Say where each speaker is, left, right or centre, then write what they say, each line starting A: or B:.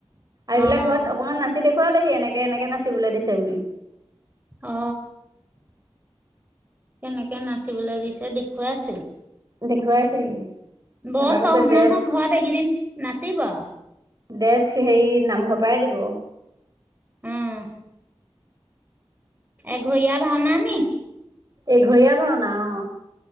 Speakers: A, on the right; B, on the right.
A: এইবিলাক
B: অ
A: ঘৰত অকমান নাচি দ ো <unintelligible> ৱালেহি এনেকে এনেকে নাচিবলৈ দিছে বুলি।
B: অ, কেনেকে নাচিবলৈ দিছে দেখুৱাইছো।
A: দেখুৱাইছেহি
B: বৰ
A: তাৰপা কৈছে
B: চ'স
A: ড্ৰেছ
B: নহয়, ঘৰত এইকেইদিন নাচিবা।
A: দেচ সেৰি নামঘৰৰ পৰাই দিব।
B: উম, এঘৰীয়া ভাওনা নি।
A: এঘৰীয়া ভাওনা। অ,